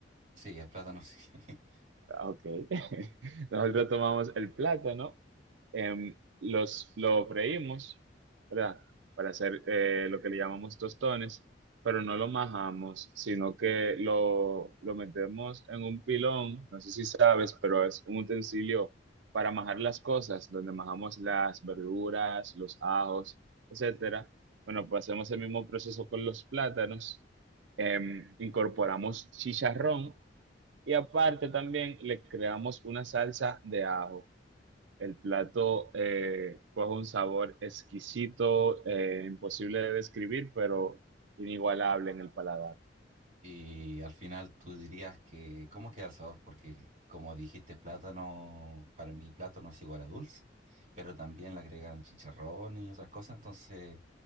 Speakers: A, on the right; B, on the right.
A: Sí, el plátano sí. <laughs>
B: Ah, Ok. <laughs> Nosotros tomamos el plátano em, los, lo freímos, ¿verdad? Para hacer eh, lo que le llamamos tostones, pero no lo majamos, sino que lo, lo metemos en un pilón, no sé si sabes, pero es un utensilio para majar las cosas, donde majamos las verduras, los ajos, etcétera. Bueno, pues hacemos el mismo proceso con los plátanos, em, incorporamos chicharrón y aparte también le creamos una salsa de ajo. El plato eh, coge un sabor exquisito, eh, imposible de describir, pero inigualable en el paladar.
A: Y al final tú dirías que, ¿cómo queda el sabor? Porque como dijiste, plátano, para mí plátano es igual a dulce, pero también le agregan chicharrón y otras cosas, entonces,